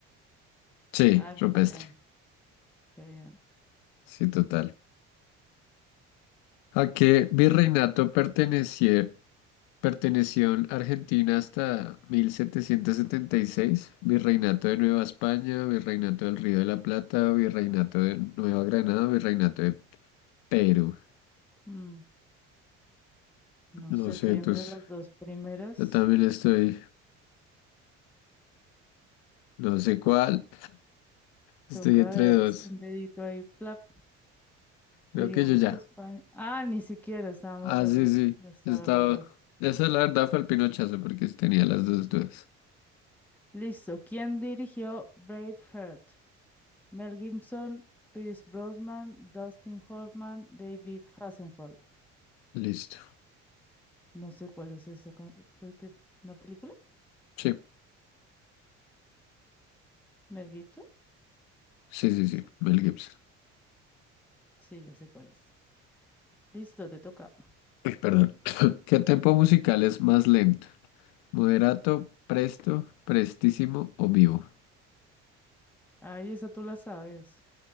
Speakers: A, on the left; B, in the centre.
A: Sí,
B: Ay, muy
A: rupestre.
B: bien, qué bien.
A: Sí, total. ¿A qué virreinato perteneció, perteneció en Argentina hasta 1776? Virreinato de Nueva España, Virreinato del Río de la Plata, Virreinato de Nueva Granada, Virreinato de Perú.
B: Mm, no
A: No
B: sé,
A: sé,
B: estoy entre
A: pues
B: las dos primeras.
A: yo también estoy, no sé cuál. Estoy
B: Toca
A: entre
B: de das
A: dos.
B: un dedito ahí, plap.
A: Creo
B: Diríamos
A: que yo ya.
B: que España. Ah, ni siquiera estábamos
A: Ah,
B: re
A: sí,
B: lejos.
A: sí.
B: Yo estaba
A: Yo estaba.
B: re lejos.
A: Esa la verdad fue el pinochazo porque tenía las dos dudas.
B: Listo. ¿Quién dirigió Braveheart? Mel Gibson, Pierce Brosnan, Dustin Hoffman, David Hasselhoff.
A: Listo.
B: No sé cuál es esa. ca- creo que- ¿Una película?
A: Sí,
B: ¿Mel Gibson?
A: sí, sí, sí.
B: Sí,
A: Mel Gibson.
B: sí, ya sé cuál es. Listo, te toca.
A: Uy, perdón. <laughs> <clears throat> ¿Qué tempo musical es más lento? ¿Moderato, presto, prestísimo o vivo?
B: Ahí esa tú la sabes.